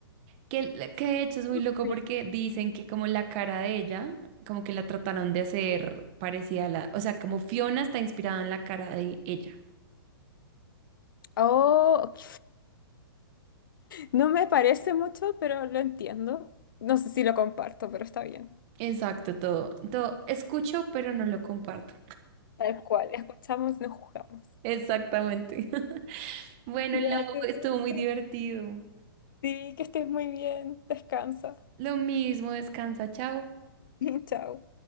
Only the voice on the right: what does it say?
Que, que de hecho es muy loco
porque dicen que como la cara de ella, como que la trataron de hacer parecida a la, o sea, como Fiona está inspirada en la cara de ella.
Exacto, todo, todo. Escucho, pero no lo comparto.
Exactamente. <laughs> Bueno,
Lau,
estuvo muy divertido.
Lo mismo, descansa, chao.